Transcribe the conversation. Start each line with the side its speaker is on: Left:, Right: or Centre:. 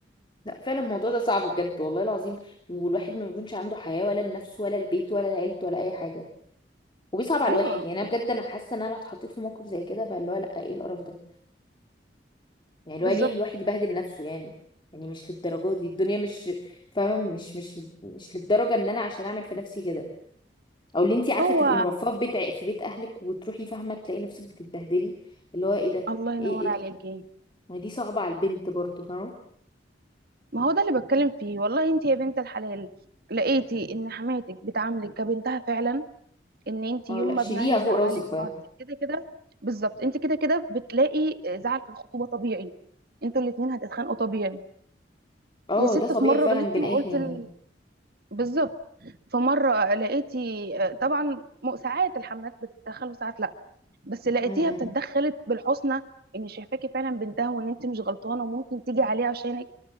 Left: لا فعلا الموضوع ده صعب بجد والله العظيم والواحد ما بيكونش عنده حياة ولا لنفسه ولا البيت ولا لعيلته ولا اي حاجة وبيصعب على
Right: ايوه
Left: الواحد يعني انا بجد انا حاسه ان انا لو اتحطيت في موقف زي كده فاللي هو لا ايه القرف ده يعني اللي
Right: بالظبط
Left: هو ليه الواحد يبهدل نفسه يعني يعني مش للدرجة دي الدنيا مش فاهمة مش مش مش للدرجة ان انا عشان اعمل في نفسي كده او اللي انتي عارفة
Right: هو
Left: تبقي مرفهة في بيت ع- في بيت اهلك وتروحي فاهمة تلاقي نفسك بتتبهدلي اللي هو ايه ده
Right: الله ينور
Left: ايه ايه
Right: عليكي
Left: ده؟ ما دي صعبة على البنت برضو فاهمة
Right: ما هو ده اللي بتكلم فيه والله انت يا بنت الحلال لقيتي ان حماتك بتعاملك كبنتها فعلا ان انت
Left: اه
Right: يوم
Left: لا شيليها
Right: ما ابنها يزعلك
Left: فوق راسك بقى
Right: ما انت كده كده بالظبط انت كده كده بتلاقي زعل في الخطوبه طبيعي انتوا الاتنين هتتخانقوا طبيعي
Left: اه
Right: يا ست
Left: ده طبيعي
Right: في مره
Left: فعلا
Right: غلطتي
Left: بين
Right: وقلت
Left: اي اتنين
Right: ال...
Left: يعني
Right: بالظبط فمره لقيتي آه، طبعا م- ساعات الحمات بتتدخل وساعات لا بس لقيتيها
Left: امم
Right: بتتدخلت بالحسنى ان شايفاكي فعلا بنتها وان انت مش غلطانه وممكن تيجي عليها عشانك